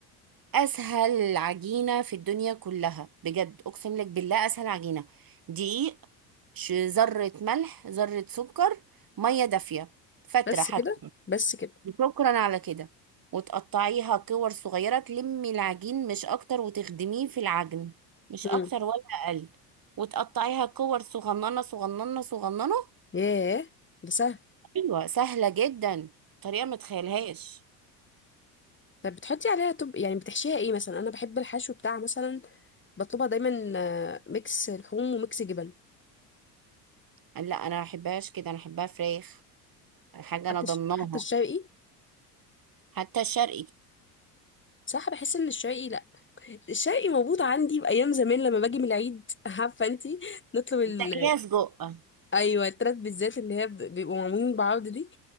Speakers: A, on the right; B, on the left.
A: اسهل عجينة في الدنيا كلها بجد اقسم لك بالله اسهل عجينة دقيق ش- ذرة ملح ذرة سكر مية دافية فترة
B: بس
A: حتى
B: كده بس كده
A: شكرا على كده وتقطعيها كور صغيرة تلمي العجين مش أكتر وتخدميه في العجن مش
B: امم
A: أكتر ولا أقل وتقطعيها كور صغننة صغننة صغننة
B: ياه ده سهل
A: أيوة سهلة جدا طريقة ما تخيلهاش
B: طب بتحطي عليها طب يعني بتحشيها ايه مثلا انا بحب الحشو بتاع مثلا بطلبها دايما آه، ميكس لحوم وميكس جبن
A: لا أنا ما بحبهاش كده أنا بحبها فراخ حاجة
B: حتى
A: أنا ضمناها
B: الش- حتى الشرقي
A: حتى الشرقي
B: صح بحس ان الشرقي لا الشرقي موجود عندي بأيام زمان لما باجي من العيد <laughs> عارفة انتي نطلب ال
A: بتاكليها سجق
B: أيوة التلات بالذات اللي هي ب- بيبقوا معمولين بعض دي